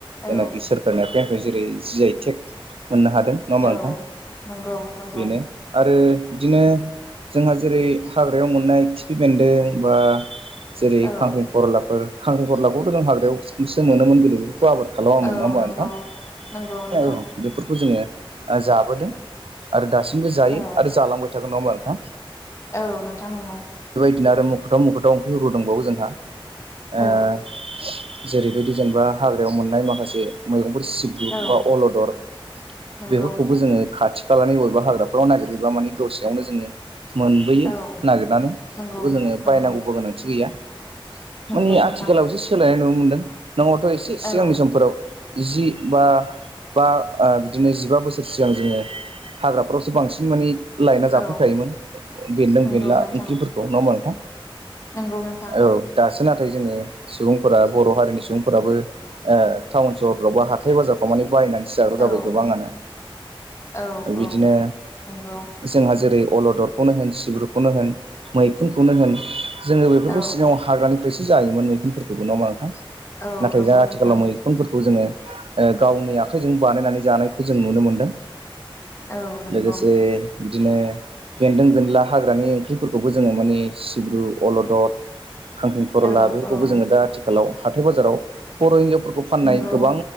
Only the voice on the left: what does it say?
औ
औ
नंगौ नंगौ
औ
औ
नंगौ
नंगौ नोंथां
औ
औ नोंथां नंगौ।
औ
औ
नंगौ
औ
नंगौ
नंगौ
नंगौ
नोंथां
औ
औ
नंगौ
नोंथां
नंगौ नोंथां
औ
औ
औ नंगौ
औ
औ
नंगौ
नोंथां
औ नंगौ
औ
औ
नंगौ